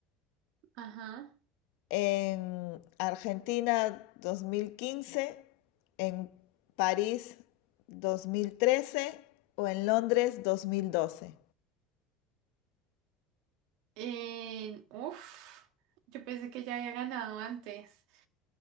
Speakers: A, on the right (about 70°); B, on the left (about 75°).
A: Ajá.
B: En Argentina 2015, en París 2013 o en Londres 2012.
A: En- uf, yo pensé que ya había ganado antes.